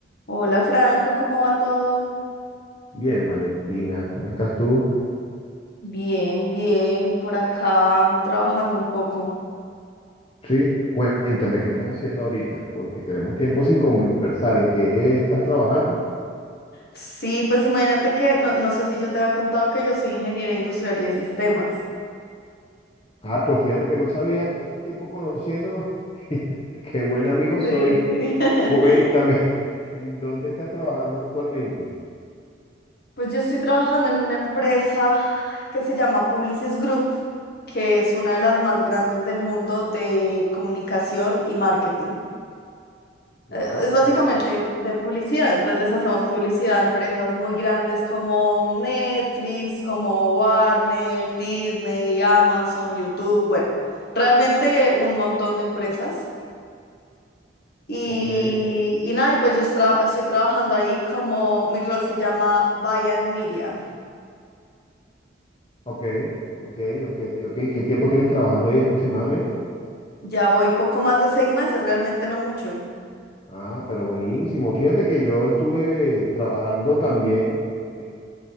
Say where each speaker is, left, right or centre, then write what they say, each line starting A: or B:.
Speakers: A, on the left; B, on the left.
A: Hola Franco, ¿cómo va todo?
B: Bien, Valentina, ¿cómo estás tú?
A: Bien, bien, por acá trabajando un poco.
B: Sí, cuéntame, ¿qué estás haciendo ahorita? Porque tenemos tiempo sin conversar. ¿En qué estás trabajando?
A: Sí, pues imagínate que, no, no sé si yo te había contado que yo soy ingeniera industrial y de sistemas.
B: Ah, pues fíjate que no sabía todo este tiempo conociéndonos. <laughs> Qué buen amigo
A: Sí.
B: soy.
A: <laughs>
B: Cuéntame, <laughs> ¿en dónde estás trabajando actualmente?
A: Pues yo estoy trabajando en una empresa que se llama Publicis Group, que es una de las más grandes del mundo de comunicación y marketing.
B: Wow,
A: Eh, Es básicamente de publicidad, entonces les hacemos publicidad a empresas muy grandes como Netflix, como Warner, Disney, Amazon, YouTube, bueno, realmente un montón de empresas. Y,
B: ok, ok,
A: y nada, y pues yo estra- estoy trabajando ahí como mi rol se llama Bayan Media.
B: ok, ok, ok. ¿Qué tiempo tienes trabajando ahí aproximadamente?
A: Ya voy poco más de seis meses, realmente no mucho.
B: Ah, pero buenísimo. Fíjate que yo estuve trabajando también. eh,